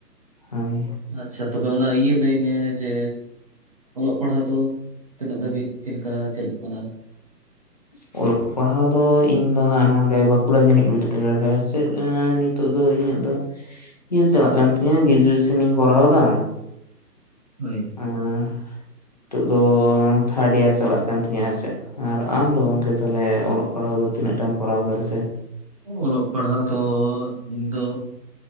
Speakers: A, on the left; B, on the right.
A: ᱦᱳᱭ
B: ᱟᱪᱪᱷᱟ ᱛᱚᱵᱮ ᱚᱱᱟ ᱤᱭᱟᱹ ᱞᱟᱹᱭ ᱢᱮ ᱡᱮ ᱚᱞᱚᱜ ᱯᱟᱲᱦᱟᱜ ᱫᱚ ᱛᱤᱱᱟᱹᱜ ᱫᱷᱟᱹᱵᱤᱡ ᱪᱮᱫ ᱞᱮᱠᱟ ᱪᱟᱞᱩᱜ ᱠᱟᱱᱟ᱾
A: <unintelligible> ᱚᱞᱚᱜ ᱯᱟᱲᱦᱟᱣ ᱫᱚ ᱤᱧ ᱫᱚ ᱦᱟᱸᱜ ᱱᱚᱰᱮ ᱵᱟᱸᱠᱩᱲᱟ ᱡᱮᱜᱮᱛ ᱵᱤᱨ ᱛᱮ ᱪᱮᱫ ᱱᱤᱛᱚᱜ ᱫᱚ ᱤᱧᱟᱹᱜ ᱫᱚ ᱤᱭᱟᱹ ᱪᱟᱞᱟᱜ ᱠᱟᱱ ᱛᱤᱧᱟᱹ ᱜᱨᱮᱡᱩᱭᱮᱥᱚᱱ ᱤᱧ ᱠᱚᱨᱟᱣᱫᱟ᱾
B: ᱦᱳᱭ
A: ᱦᱮᱸ ᱱᱤᱛᱚᱜ ᱫᱚ ᱛᱷᱟᱨᱰ ᱤᱭᱟᱨ ᱪᱟᱞᱟᱜ ᱠᱟᱱ ᱛᱤᱧᱟᱹ ᱟᱨ ᱪᱮᱫ ᱟᱨ ᱟᱢ ᱫᱚ ᱜᱚᱝᱠᱮ ᱛᱟᱦᱚᱞᱮ ᱚᱞᱚᱜ ᱯᱟᱲᱦᱟᱜ ᱫᱚ ᱛᱤᱱᱟᱹᱜᱟᱢ ᱠᱚᱨᱟᱣ ᱟᱠᱟᱫᱟ ᱥᱮ?
B: ᱚᱞᱚᱜ ᱯᱟᱲᱦᱟᱜ ᱫᱚ ᱤᱧᱫᱚ